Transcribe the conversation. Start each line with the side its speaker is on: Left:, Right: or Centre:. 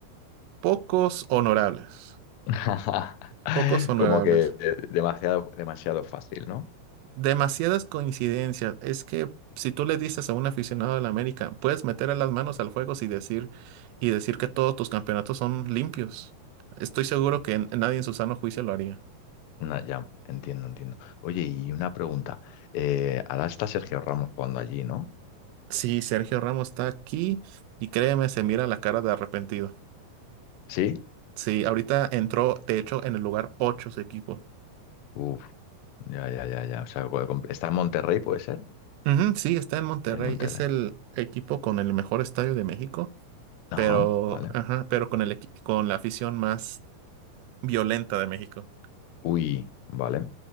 Right: pocos honorables.
Left: <laughs>
Right: Pocos honorables.
Left: Como que eh, demasiado, demasiado fácil, ¿no?
Right: Demasiadas coincidencias. Es que si tú le dices a un aficionado de la América, puedes meter las manos al fuego y decir, y decir que todos tus campeonatos son limpios. Estoy seguro que n- nadie en su sano juicio lo haría.
Left: Una- ya, entiendo, entiendo. Oye, y una pregunta. Eh, ahora está Sergio Ramos jugando allí, ¿no?
Right: Sí, Sergio Ramos está aquí y créeme, se mira la cara de arrepentido.
Left: ¿Sí?
Right: Sí, ahorita entró, de hecho, en el lugar 8 su equipo.
Left: Uf, ya, ya, ya, ya. O sea, puede comp- está en Monterrey, ¿puede ser?
Right: Ujú, sí, está en Monterrey.
Left: En Monterrey.
Right: Es el equipo con el mejor estadio de México,
Left: Ajá,
Right: pero,
Left: vale.
Right: ajá, pero con el equi- con la afición más violenta de México.
Left: Uy, vale,